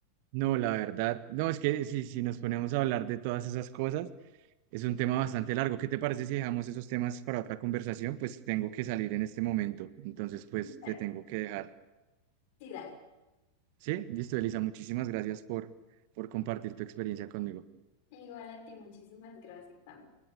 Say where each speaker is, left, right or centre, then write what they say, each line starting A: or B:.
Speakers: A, on the right; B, on the left.
A: No, la verdad, no, es que si, si nos ponemos a hablar de todas esas cosas, es un tema bastante largo. ¿Qué te parece si dejamos esos temas para otra conversación? Pues tengo que salir en este momento, entonces pues
B: Claro.
A: te tengo que dejar.
B: Sí, dale.
A: Sí, listo, Elisa, muchísimas gracias por, por compartir tu experiencia conmigo.
B: Igual a ti, muchísimas gracias también.